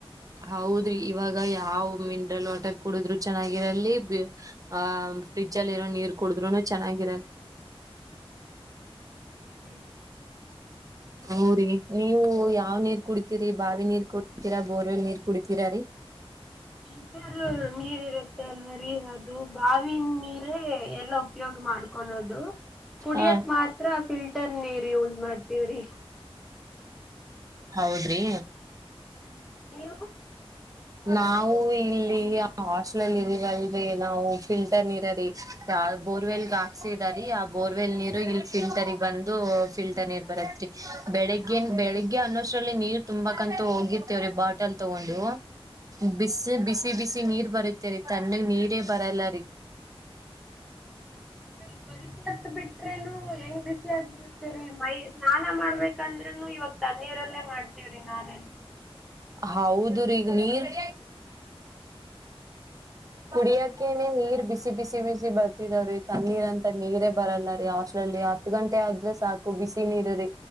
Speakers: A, on the right; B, in the centre.
A: ಹೌದ್ರಿ ಇವಾಗ ಯಾವ್ ಮಿನರಲ್ ವಾಟರ್ ಕುಡಿದ್ರು ಚೆನ್ನಾಗಿರಲಿ ಆಹ ಫ್ರಿಜ ಅಲ್ಲಿ ಇರೋ ನೀರ್ ಕುಡಿದ್ರುನು ಚೆನ್ನಾಗಿರಲಿ.
B: ಹ
A: ಹ್ರುರಿ ನೀವು ಯಾವ್ ನೀರ್ ಕುಡಿತೀರಿ ಬಾವಿ ನೀರ್ ಕುಡಿತೀರಾ ಬೋರ್ವೆಲ್ ನೀರ್ ಕುಡಿತೀರ ರೀ
B: ಮತ್ತಾದರು ನೀರ್ ಇರುತ್ತೆ ಲ್ವರಿ ಅದು ಬಾವಿನ ನೀರ ಎಲ್ಲಾ ಉಪಯೋಗ ಮಾಡ್ಕೊಳ್ಳದು ಕುಡಿಯಕ್
A: ಹಾ
B: ಮಾತ್ರ ಫಿಲ್ಟರ್ ನೀರ್ <inaudible> ಮಾಡ್ತೀವ್ರಿ
A: ಹೌದ್ರಿ
B: ಹ್ಮ್ ನೀವು
A: ನಾವು ಇಲ್ಲಿ ಆ ಹಾಸ್ಟ್ಲಲ್ ಇದಿವಲರಿ ನಾವು ಫಿಲ್ಟರ್ ನೀರ ರೀ ಯ ಬೋರ್ವೆಲ್ ಹಾಕ್ಸಿದಾರಿ ಆ ಬೋರ್ವೆಲ್ ನೀರು ಇಲ್ಲಿ ಫಿಲ್ಟರ್ಗ ಬಂದು ಫಿಲ್ಟರ್ ನೀರ್ ಬರತ್ರಿ ಬೆಳಗ್ಗನ್ ಬೆಳಗ್ ಗೆ ಅನ್ನೊಷ್ಟ್ರಲ್ಲಿ ನೀರ್ ತುಂಬಾಕಂತೂ ಹೋಗಿರ್ತೇವ್ರೀ ಬಾಟಲ್ ತಗೊಂಡು ಬಿಸಿ ಬಿಸಿ ಬಿಸಿ ನೀರ್ ಬರತ್ತೇವ ರೀ ತಣ್ಣಗ್ ನೀರೇ ಬರಲ್ಲ ರೀ
B: ಸ್ವಲ್ಪ ಹೊತ್ತು ಬಿಟ್ರನು ಹೆಂಗ್ ಬಿಸಿ ಆಗ್ಬಿಡತ್ತೇರೀ ಮೈ ಸ್ನಾನ ಮಾಡ್ಬೇಕಂದ್ರೂನು ಇವಾಗ ತಣ್ಣೀರಲ್ಲೇ ಮಾಡ್ತೇವ್ರಿ ನಾನೇ.
A: ಹೌದು ರೀಗ ನೀರ್ ಕುಡಿಯಕೇನೆ ನೀರ್ ಬಿಸಿ ಬಿಸಿ ಬಿಸಿ ಬರ್ತಿದಾವ್ರಿ ತಣ್ಣೀರ್ ಅಂತ ನೀರೇ ಬರಲ್ಲ ರೀ ಹಾಸ್ಟೆಲ್ನಲ್ಲಿ ಹತ್ ಗಂಟೆ ಆದ್ರೆ ಸಾಕು ಬಿಸಿ ನೀರ ರೀ